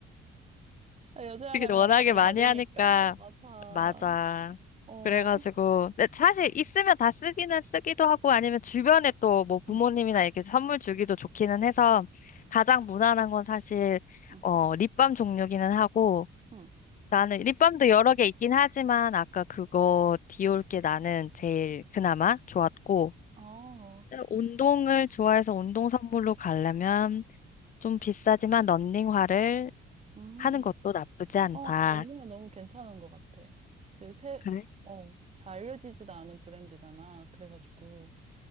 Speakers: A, on the right; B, on the left.
A: 여자라면
B: <laughs> 이게 워낙에
A: 많이
B: 많이
A: 받으니까,
B: 하니까,
A: 맞아.
B: 맞아.
A: 어,
B: 그래가지고, 근데 사실 있으면 다 쓰기는 쓰기도 하고, 아니면 주변에 또 뭐 부모님이나
A: 응,
B: 이렇게 선물 주기도 좋기는 해서, 가장 무난한 건 사실,
A: 응,
B: 어, 립밤 종류기는 하고,
A: 응.
B: 나는 립밤도 여러 개 있긴 하지만, 아까 그거 디올 게 나는 제일 그나마 좋았고,
A: 어,
B: 근데 운동을 좋아해서 운동 선물로 가려면, 좀 비싸지만 런닝화를
A: 음.
B: 하는 것도 나쁘지 않다.
A: 어, 런닝은 너무 괜찮은 것 같아. 지금 새,
B: 그래?
A: 어, 잘 알려지지도 않은 브랜드잖아. 그래가지고,